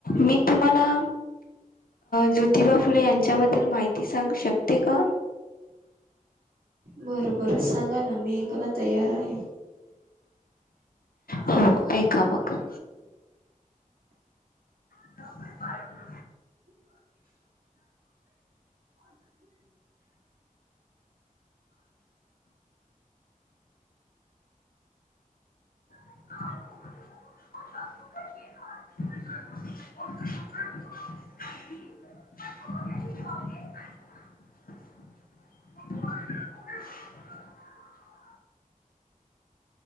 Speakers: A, on the left; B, on the right.
A: मी तुम्हाला. ज्योतिबा फुले यांच्याबद्दल माहिती सांगू शकते का?
B: बरं बर सांगा ना मी ऐकायला तयार आहे.
A: हो ऐका मग. <inaudible>
B: <inaudible> <inaudible>
A: <inaudible> <inaudible> <inaudible> <inaudible>